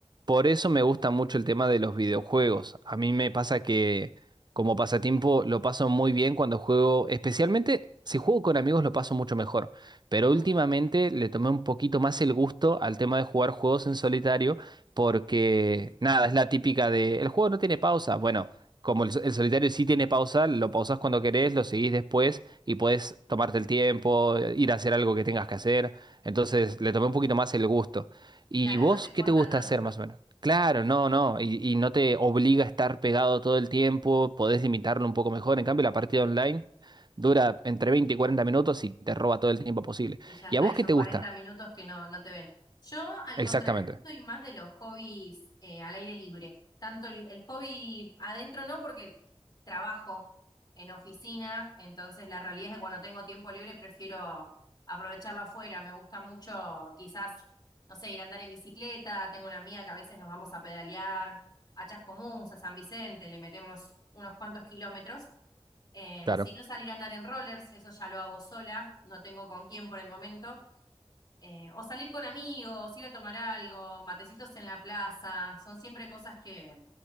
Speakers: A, on the right; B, on the left.
A: Por eso me gusta mucho el tema de los videojuegos. A mí me pasa que como pasatiempo lo paso muy bien cuando juego, especialmente si juego con amigos lo paso mucho mejor. Pero
B: Mm,
A: últimamente le tomé un poquito más el gusto al tema de jugar juegos en solitario porque nada, es la típica de el juego no tiene pausa. Bueno, como el, el solitario sí tiene pausa, lo pausas cuando querés, lo seguís después y puedes tomarte el tiempo, ir a hacer algo que tengas que hacer. Entonces le tomé un poquito más el gusto. ¿Y
B: Claro,
A: vos
B: no te
A: qué
B: corta
A: te gusta
B: tanto
A: hacer más o menos? Claro, no, no, y, y no te obliga a estar pegado todo el tiempo, podés limitarlo un poco mejor. En cambio, la partida online dura entre 20 y 40 minutos y te roba todo el tiempo posible.
B: y ya
A: ¿Y
B: está,
A: a vos
B: y son
A: qué te
B: 40
A: gusta?
B: minutos que no, no te ven. Yo, al
A: Exactamente.
B: contrario, yo soy más de los hobbies eh, al aire libre. Tanto el, el hobby adentro no, porque trabajo en oficina, entonces la realidad es que cuando tengo tiempo libre prefiero aprovecharlo afuera. Me gusta mucho quizás, no sé, ir a andar en bicicleta. Tengo una amiga que a veces nos vamos a pedalear a Chascomús, a San Vicente, le metemos unos cuantos kilómetros. Eh,
A: Claro.
B: si no salir a andar en rollers, eso ya lo hago sola, no tengo con quién por el momento. Eh, o salir con amigos, ir a tomar algo, matecitos en la plaza, son siempre cosas que,